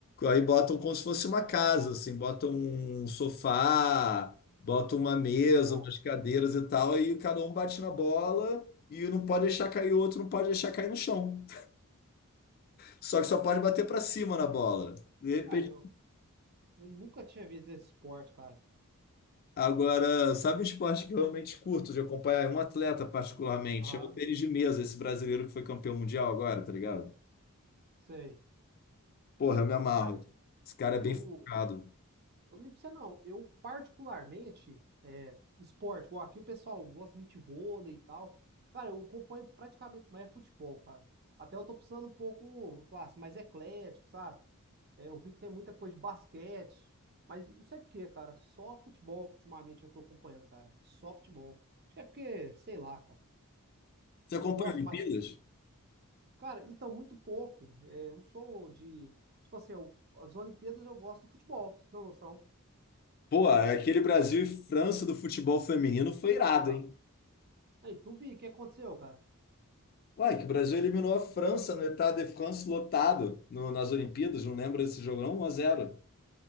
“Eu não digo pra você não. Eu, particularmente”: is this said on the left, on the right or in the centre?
Right